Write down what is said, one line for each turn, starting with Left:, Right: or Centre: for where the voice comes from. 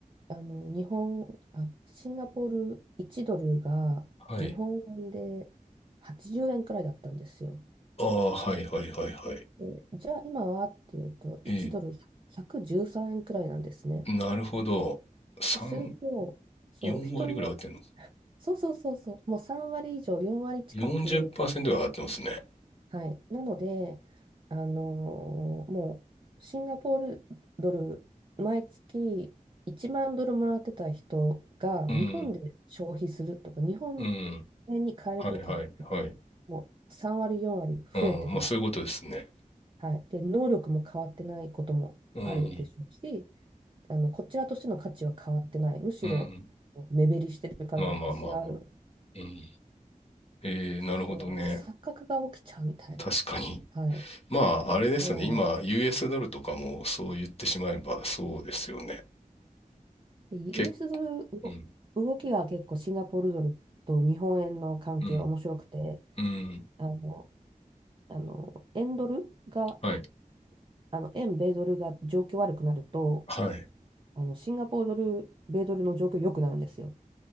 Right: あの、日本、あ、シンガポール1ドルが日本円で
Left: はい。
Right: 80円くらいだったんですよ。
Left: ああ、はいはいはいはい。
Right: で、じゃあ今はっていうと、1ドル113円くじゅうさんえんくらいなんですね。
Left: ええ、なるほど。3、
Right: ですると、そう、
Left: 4割ぐらい上がってんの
Right: 人によそうそうそうそう、もう3割以上、4割近く
Left: ?40% が上がってますね。
Right: はい、なので、あのーもうシンガポールドル、毎月1万ドルもらってた人が日本で消費するとか、
Left: うん、
Right: 日本
Left: うん。
Right: 円に変えるときって、
Left: はいはいはい。
Right: もう3割、4割増えてる。
Left: うん、まあそういうことですね。
Right: はい、で、能力も変わってないこともあるでしょうし、
Left: うん、
Right: あのこちらとしての価値は変わってない、むしろ
Left: うん。
Right: 目減りしてる可能性はあるの
Left: まあまあまあまあ。うん。ええ、なるほどね。
Right: そう、錯覚が起きちゃうみたい
Left: 確かに。
Right: な。はい、
Left: まあ、あれですよね。
Right: そう。
Left: 今、US ドルとかもそう言ってしまえばそうですよね。
Right: で、US
Left: け
Right: ドル、動動きが結構シンガポールドルと日本円の関係は面白くて、
Left: うん、うん、うん。
Right: あの、あの、円ドルが、
Left: はい
Right: あの、円米ドルが状況悪くなると、
Left: はい。
Right: あの、シンガポールドル、米ドルの状況良くなるんですよ。